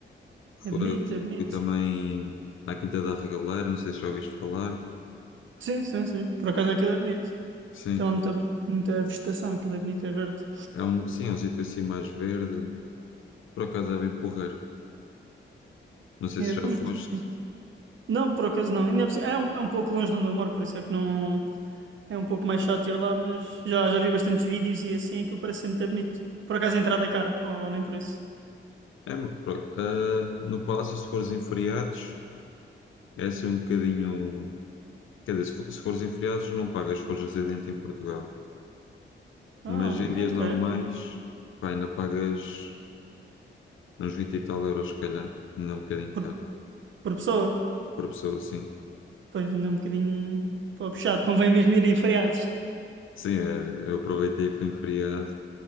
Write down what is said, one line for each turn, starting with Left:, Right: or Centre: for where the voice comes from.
Right: É
Left: fui,
Right: bonito, é bonito.
Left: fui também à Quinta da Regaleira, não sei se já ouviste falar.
Right: Sim, sim, sim. Por acaso aquilo é bonito.
Left: Sim,
Right: Tem lá muita, muita vegetação, aquilo é bonito, é verde.
Left: é um, sim, é um sítio assim mais verde, por acaso é bem porreiro, não sei
Right: É
Left: se já
Right: bonito,
Left: foste.
Right: é bonito. Não, por acaso não. Ainda por cima- é, um, é um pouco longe de onde eu moro, por isso é que não. É um pouco mais chato ir lá, mas já, já vi bastantes vídeos e assim, aquilo parece ser muito bonito. Por acaso a entrada é cara, ou nem por isso.
Left: É, pro- ah, no Palácio, se fores em feriados, é assim um bocadinho, quer dizer, se, for, se fores em feriados não pagas, se fores residente em Portugal,
Right: Ah,
Left: mas
Right: ok,
Left: em dias
Right: ok.
Left: normais, pá, ainda pagas uns 20 e tal euros, se calhar, ainda é um bocadinho
Right: Por,
Left: caro,
Right: por pessoa?
Left: por pessoa, assim
Right: Pois ainda é um bocadinho. Pô, puxado, convém mesmo ir em feriados.
Left: Sim, eh, eu aproveitei e fui em feriado